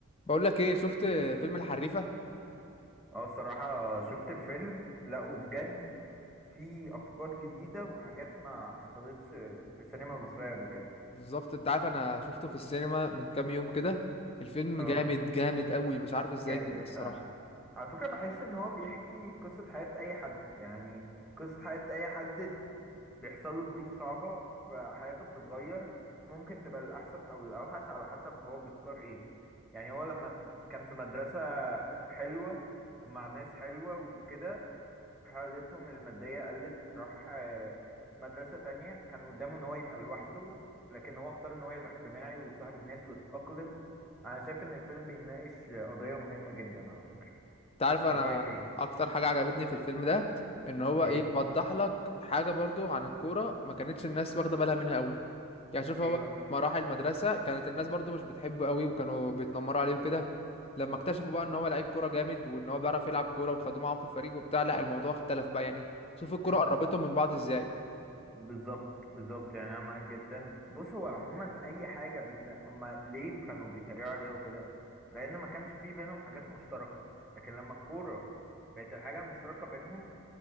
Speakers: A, on the left; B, in the centre.
A: بقول لك ايه شفت فيلم الحريفه
B: اه الصراحة شفت الفيلم لا وبجد في أفكار جديدة وحاجات ما حصلتش في السينما المصرية قبل كده
A: بالظبط انت عارف انا شفته في السينما من كام يوم كده الفيلم
B: اه
A: جامد جامد قوي مش عارف ازاي
B: جامد
A: كده الصراحه
B: فعلا على فكرة بحس إن هو بيحكي قصة حياة أي حد يعني قصة حياة أي حد بيحصل له ظروف صعبة فحياته بتتغير ممكن تبقى للأحسن أو للأوحش على حسب هو بيختار إيه يعني هو لما كان في مدرسة حلوة ومع ناس حلوة وكده حالتهم المادية قلت راح آه، مدرسة تانية كان قدامه ان هو يبقى لوحده لكن هو اختار ان هو يبقى اجتماعي ويتصاحب الناس ويتأقلم انا شايف ان الفيلم بيناقش قضية مهمة جدا على فكرة
A: انت عارف انا
B: انت رأيك ايه
A: اكتر حاجه عجبتني في الفيلم ده ان هو
B: ايه
A: ايه وضح لك حاجه برضو عن الكوره ما كانتش الناس واخده بالها منها قوي يعني شوف هو
B: ايه بقى
A: مراحل المدرسه كانت الناس برضو مش بتحبه قوي وكانوا بيتنمروا عليه وكده لما اكتشفوا بقى ان هو لعيب كوره جامد وان هو بيعرف يلعب كوره وخدوه معاهم في الفريق وبتاع لا الموضوع اختلف بقى يعني شوف الكوره
B: مم.
A: قربتهم من بعض ازاي
B: بالظبط بالظبط يعني انا معاك جدا بص هو عموما اي حاجة بيلا هما ليه كانوا بيتريقوا عليها وكده لان ما كانش في بينهم حاجات مشتركة لكن لما الكورة بقت الحاجة المشتركة بينهم